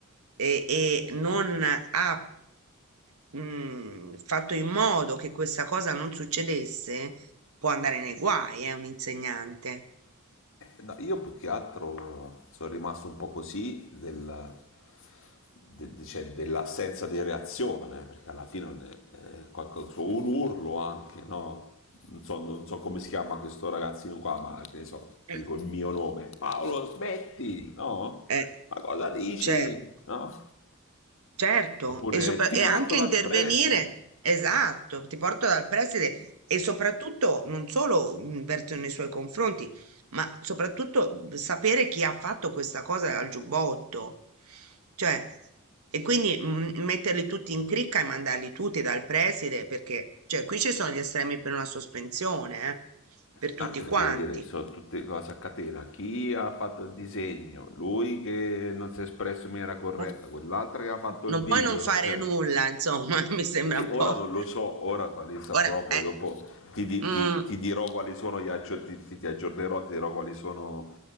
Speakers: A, on the right; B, on the left.
A: e, e non ha mm, fatto in modo che questa cosa non succedesse, può andare nei guai, eh, un insegnante.
B: No, io più che altro sono rimasto un po' così del- de- de- cioè, dell'assenza di reazione, perché alla fine non è- è qualcosa- so, un urlo anche, no? Non so, non so come si chiama questo ragazzino qua, ma che ne so,
A: Eh,
B: ti dico il mio nome. Paolo, smetti, no?
A: Eh,
B: Ma cosa dici?
A: certo.
B: No?
A: Certo,
B: Oppure
A: e, sopra-
B: ti
A: e
B: porto
A: anche
B: dal
A: intervenire,
B: preside.
A: esatto, ti porto dal preside e soprattutto non solo mh, verso nei suoi confronti, ma soprattutto mh, sapere chi ha fatto questa cosa al giubbotto. Cioè, e quindi mh, metterli tutti in cricca e mandarli tutti dal preside, perché cioè, qui ci sono gli estremi per una sospensione, eh, per tutti
B: Anche
A: quanti.
B: perché vuol dire, sono tutte cose a catena. Chi ha fatto il disegno, lui che non si è espresso in maniera corretta,
A: Eh,
B: quell'altro che ha fatto il
A: Non
B: video,
A: puoi non fare
B: cioè...
A: nulla, insomma, <laughs> mi sembra
B: Sì,
A: un po'.
B: ora non lo so, ora quali saprò,
A: Ora,
B: poi
A: eh,
B: dopo ti, di-
A: mm.
B: ti- ti dirò quali sono, gli aggio- ti, ti- ti aggiornerò, ti dirò quali sono,